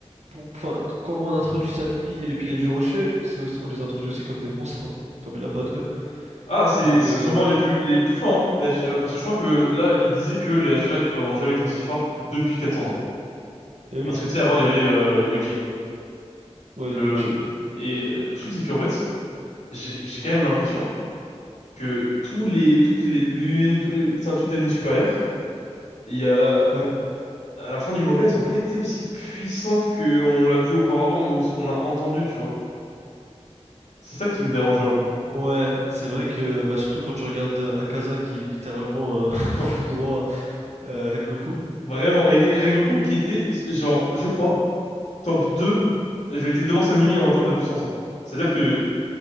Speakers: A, on the right (about 85°); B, on the left (about 90°).
A: pour, enfin, c- comment on introduit Sanemi et les piliers du rocher, c'est aussi, on les introduit aussi comme des monstres, hein, comme il n'y en a pas deux.
B: Ah, c'est,
A: Donc,
B: c'est
A: euh,
B: sûrement les plus, les plus forts, hein, les Hashi- euh, parce que je crois que là, il disait que les Hachirettes ont jamais été aussi forts depuis 400 ans.
A: eh oui,
B: Parce que tu sais, avant, il y avait euh, Yorichi.
A: ouais,
B: Le...
A: Yoichi, euh, le
B: Et
A: GOAT.
B: euh, le truc, c'est qu'en fait, j'ai j'ai quand même l'impression que tous les, toutes les lunes, tous les- enfin, toutes les lunes supérieures, il y a...
A: Ouais.
B: à la fin du manga, elles n'ont pas été aussi puissantes qu'on l'a vu auparavant ou ce qu'on a entendu, tu vois. C'est ça qui me dérangeait un peu.
A: Ouais, c'est vrai que bah, surtout quand tu regardes euh, Akaza qui littéralement euh, <laughs>
B: <laughs>
A: fout droit euh, Rengoku,
B: Vraiment. Et Rengoku, qui était, genre, je crois, top deux il était devant Sanemi en termes de puissance. hein. C'est-à-dire que,